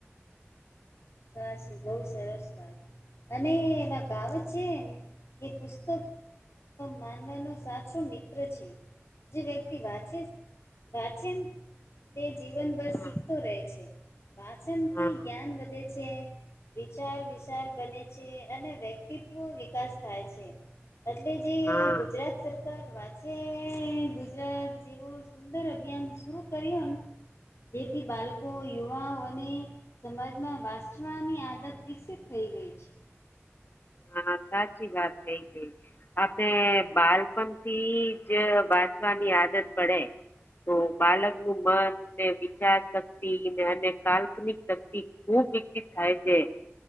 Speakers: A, on the left; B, on the left.
A: સાચી બહુ સરસ વાત અને એમાં કાવત છે કે પુસ્તક માનવાનો સાચો મિત્ર છે. જે વ્યક્તિ વાચે વાછ તે જીવનભર
B: હા
A: શીખતો રહે છે વાચનથી
B: હા.
A: જ્ઞાન વધે છે, વિચાર વિશાલ બને છે અને વ્યક્તિત્વ વિકાસ થાય છે. એટલે જે
B: હા
A: ગુજરાત સરકાર વાંચ મે ગુજરાત જેવું સુંદર અભિયાન શુરુ કર્યું ને જેથી બાળકો, યુવાઓ અને સમાજમાં. વાચવાની આદત વિકષિત થઈ ગઈ છે.
B: હા સાચી વાત થઈ ગઈ. આપણે બાળપણ થી જ વાંચવાની આદત પડે. તો બાલાકનું મન, વિચાર શક્તિ અને કાલ્પનિક શક્તિ ખુબ વિકસિત થાય છે.